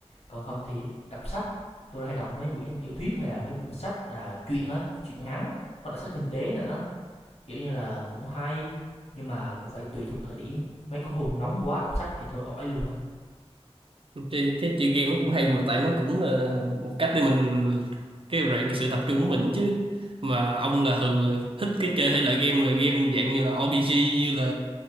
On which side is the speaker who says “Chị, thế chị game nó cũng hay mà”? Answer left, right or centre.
Right